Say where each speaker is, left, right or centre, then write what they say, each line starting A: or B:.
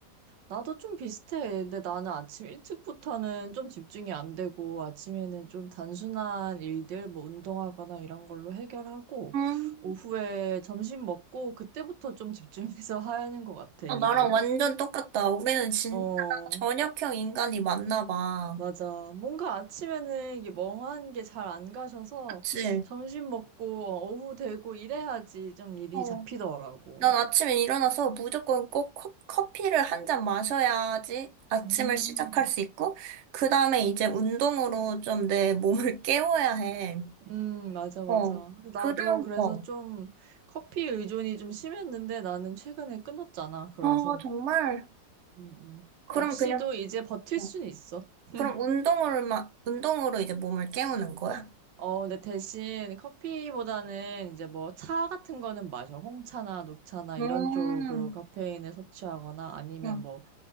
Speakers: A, on the right; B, on the right.
A: 나도 좀 비슷해. 근데 나는 아침 일찍부터는 좀 집중이 안 되고, 아침에는 좀 단순한 일들, 뭐 운동하거나 이런 걸로 해결하고,
B: 음,
A: 오후에 점심 먹고, 그때부터 좀 집중해서 <laughs> 하는 것 같아,
B: 아,
A: 일을.
B: 나랑 완전 똑같다. 우리는 진짜
A: 어,
B: 저녁형 인간이 맞나 봐.
A: 맞아. 뭔가 아침에는 이게 멍한 게 잘 안 가셔서,
B: 그치?
A: 점심 먹고, 어, 오후 되고 이래야지 좀 일이
B: 어.
A: 잡히더라고.
B: 난 아침에 일어나서 무조건 꼭 커- 커피를 한 잔 마셔야지 아침을
A: 음.
B: 시작할 수 있고, 그 다음에 이제 운동으로 좀 내 몸을 <laughs> 깨워야 해.
A: 음, 맞아, 맞아.
B: 어.
A: 나도
B: 그 다음,
A: 그래서
B: 어.
A: 좀 커피 의존이 좀 심했는데 나는 최근에 끊었잖아. 그래서.
B: 어, 정말.
A: 음, 음.
B: 그럼
A: 없이도
B: 그냥,
A: 이제 버틸
B: 어.
A: 수는 있어. <laughs>
B: 그럼 운동으로만, 운동으로 이제 몸을 깨우는 거야?
A: 어, 근데 대신 커피보다는 이제 뭐 차 같은 거는 마셔. 홍차나 녹차나
B: 음,
A: 이런 쪽으로 카페인을 섭취하거나 아니면
B: 응,
A: 뭐